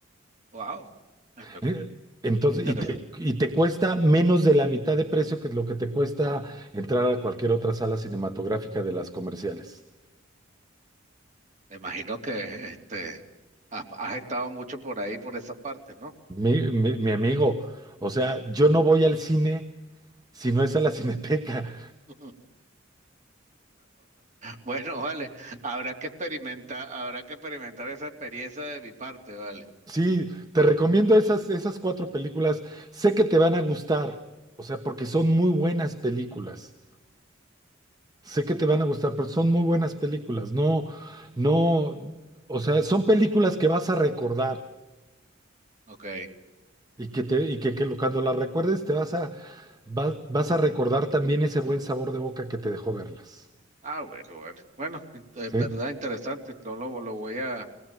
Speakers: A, on the right; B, on the right.
A: Wow, en verdad,
B: Eh, Entonces,
A: interesante.
B: y te, y te cuesta menos de la mitad de precio que lo que te cuesta entrar a cualquier otra sala cinematográfica de las comerciales.
A: Me imagino que este has, has estado mucho por ahí, por esas partes, ¿no?
B: Mi, mi- mi amigo, o sea, yo no voy al cine si no es a la <laughs> Cineteca.
A: <laughs> Bueno, vale, habrá que experimentar, habrá que experimentar esa experiencia de mi parte, vale.
B: Sí, te
A: Pero,
B: recomiendo esas, esas cuatro películas. Sé que te van a gustar, o sea, porque son muy buenas películas. Sé que te van a gustar, pero son muy buenas películas. No, no, o sea, son películas que vas a recordar.
A: ok.
B: Y que te, y que, que lo- cuando la recuerdes te vas a, vas, vas a recordar también ese buen sabor de boca que te dejó verlas.
A: Ah, bueno, bueno. Bueno, en en
B: ¿Sí?
A: verdad interesante. No lo, lo voy a,